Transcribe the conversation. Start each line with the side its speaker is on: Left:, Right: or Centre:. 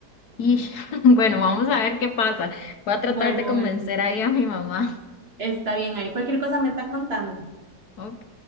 Left: Y <laughs> bueno, vamos a ver qué pasa. Voy a tratar
Right: Bueno,
Left: de convencer
Right: bueno,
Left: ahí a mi mamá.
Right: está bien, ahí cualquier cosa me está contando.
Left: <laughs> Ok.